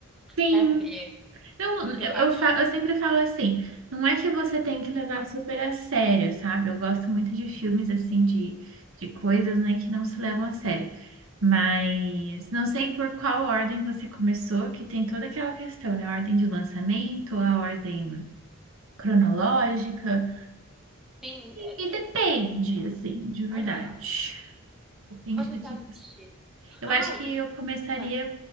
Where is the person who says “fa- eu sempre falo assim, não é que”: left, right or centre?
Right